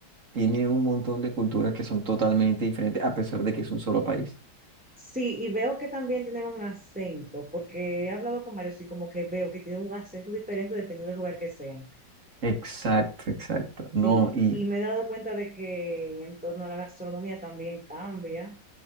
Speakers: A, on the right (about 45°); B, in the centre.
A: tiene un montón de culturas que son totalmente diferentes, a pesar de que es un solo país.
B: sí, y veo que también tienen un acento, porque he hablado con varios y como que veo que tienen un acento diferente dependiendo del lugar que sean.
A: Exacto, exacto. No,
B: Sí,
A: y
B: y me he dado cuenta de que en torno a la gastronomía también cambia